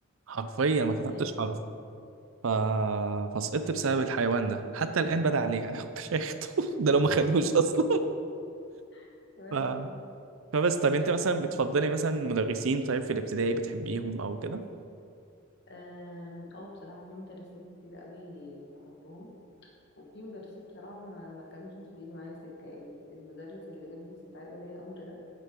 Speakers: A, on the right (about 75°); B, on the left (about 55°).
A: حرفيا ما كتبتش
B: أيوه
A: حرف ف... فسقطت بسبب الحيوان ده حتى الان بدا عليه انا كنت اخده <laughs> ده لو ما خدوش اصلا
B: <laughs> وحشة
A: ف...
B: دي
A: فبس طب انت مثلا
B: وحشة
A: بتفضلي مثلا مدرسين طيب في الابتدائي بتحبيهم او كده
B: آم، اه بصراحة في مدرسين كتير قوي بحبهم وفي مدرسين بصراحة ما, ما كانش بيجي معايا سكة يعني المدرس اللي جاب لي استدعاء ولي أمر ده